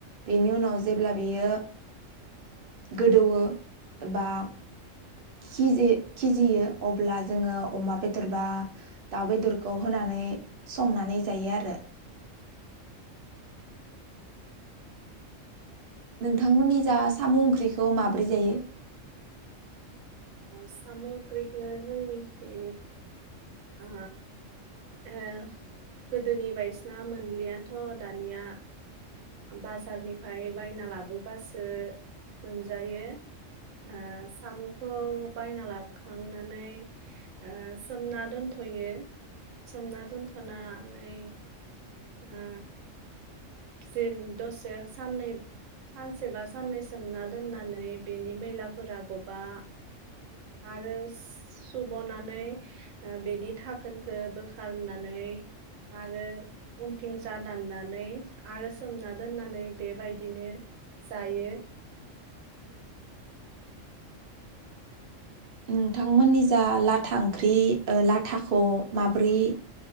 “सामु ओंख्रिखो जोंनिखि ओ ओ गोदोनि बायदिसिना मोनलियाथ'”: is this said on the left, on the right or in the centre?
Right